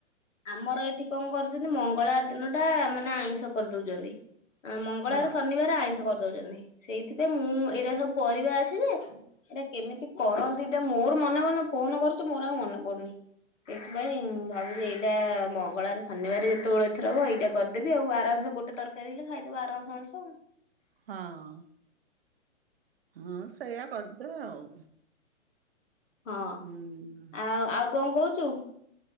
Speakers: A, on the left; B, on the right.
A: ଆମର ଏଠି କଁ କରୁଚନ୍ତି ମଙ୍ଗଳାର ଦିନଟା ମାନେ ଆଇଁଷ କରଦୋଉଚନ୍ତି। ଅଁ ମଙ୍ଗଳଆର
B: ହଁ
A: ଶନିବାରେ ଆଇଁଷ କରଦୋଉଚନ୍ତି ସେଇଥିପାଇଁ ମୁଁ ଏରା ସବୁ ପରିବା ଅଛି ଯେ ଏଟା କେମିତି କରନ୍ତି ଡେ ମୋର ମନେ ମନେ ଫୋନ କରୁଚି ମୋର ଆଉ ମନେ ପଡୁନି। ସେଇଥିପାଇଁ ଭାବୁଚି ଏଇ ଟା ମଙ୍ଗଳଆରେ ଶନିବାରେ ଯେତୋଳେ ଏଥର ହବ ଏଇଟା କରିଦେବି ଆଉ ଆରାମସେ ଗୋଟେ ତରକାରୀ ହେଲେ ଖାଇଦବ ଆରାମସେ ଅଣିଷ।
B: ହଁ। ହଁ ସେଇଆ କରିଦେ ଆଉ।
A: ହଁ
B: ହୁଁ।
A: ଆଉ ଆଉ କଁ କହୁଚୁ?